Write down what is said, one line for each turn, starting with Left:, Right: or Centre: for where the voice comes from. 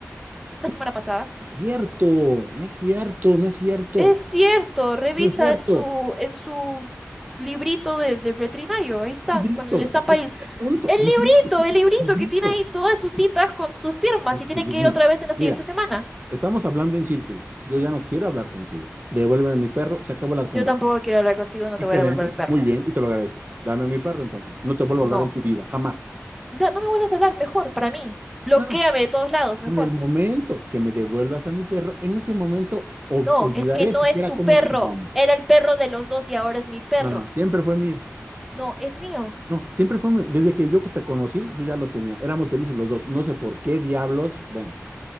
Centre: La semana pasada.
Right: Es cierto, no es cierto, no es cierto,
Centre: Es cierto, revisa
Right: no es cierto.
Centre: en su, en su librito de- del veterinario. Ahí está,
Right: Librito,
Centre: con el estampa
Right: es
Centre: ahí.
Right: el punto.
Centre: El librito,
Right: Librito, ¿qué es
Centre: el
Right: esto?
Centre: librito
Right: Librito.
Centre: que tiene ahí todas sus citas con sus firmas
Right: Dios
Centre: y tiene que
Right: mío.
Centre: ir otra vez en la siguiente
Right: Mira,
Centre: semana.
Right: estamos hablando en círculos. Yo ya no quiero hablar contigo. Devuélveme mi perro, se acabó la
Centre: Yo
Right: conversación.
Centre: tampoco quiero hablar contigo, no te
Right: Excelente,
Centre: voy a devolver el perro.
Right: muy bien, y te lo agradezco. Dame a mi perro entonces. No te vuelvo
Centre: No.
Right: a hablar en tu vida, jamás.
Centre: No, no me vuelvas a hablar, mejor, para mí. Bloquéame
Right: No, no.
Centre: de todos lados, mejor.
Right: En el momento que me devuelvas a mi perro, en ese momento ol-
Centre: No,
Right: olvidaré
Centre: es que no
Right: siquiera
Centre: es tu
Right: cómo
Centre: perro.
Right: te llamas.
Centre: Era el perro de los dos y ahora es mi perro.
Right: No, no, siempre fue mío.
Centre: No, es mío.
Right: No, siempre fue mío. Desde que yo te conocí, yo ya lo tenía. Éramos felices los dos. No sé por qué diablos. Bueno,